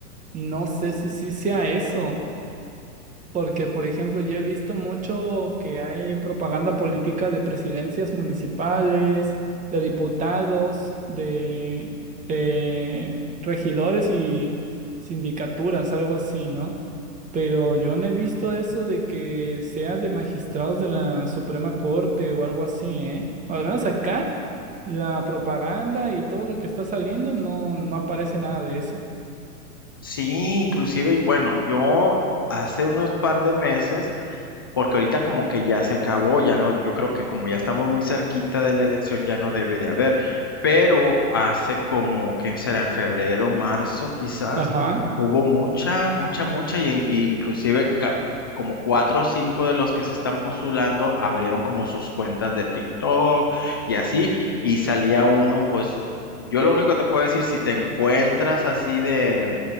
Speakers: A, on the right; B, on the left.
A: no sé si sí sea eso. Porque, por ejemplo, yo he visto mucho que hay propaganda política de presidencias municipales, de diputados, de, de regidores y sindicaturas, algo así, ¿no? Pero yo no he visto eso de que sea de magistrados de la Suprema Corte o algo así, ¿eh? Al menos acá, la propaganda y todo lo que está saliendo no, no aparece nada de eso.
B: Sí, inclusive, bueno, yo hace unos par de meses porque ahorita como que ya se acabó, ya no, yo creo que como ya estamos muy cerquita de la elección ya no debe de haber, pero hace como, que será? En febrero, marzo quizás,
A: Ajá.
B: hubo mucha, mucha, mucha, y, en- y inclusive ca- como cuatro o cinco de los que se están postulando abrieron como sus cuentas de TikTok y así, y salía uno, pues yo lo único que te puedo decir, si te encuentras así de...